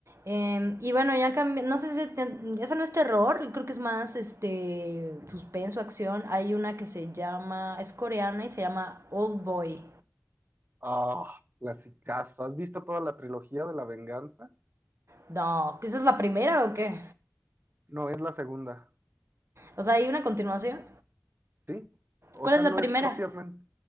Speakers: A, on the right; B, on the right.
A: Eh, y bueno, ya cambié, no sé si eso no es terror, creo que es más este suspenso, acción. Hay una que se llama, es coreana y se llama Old Boy.
B: ah, clasicazo. ¿Has visto toda la trilogía de la venganza?
A: No, ¿esa es la primera o qué?
B: No, es la segunda.
A: O sea, hay una continuación.
B: Sí, o
A: ¿Cuál
B: sea,
A: es la
B: no
A: primera?
B: es propiamente.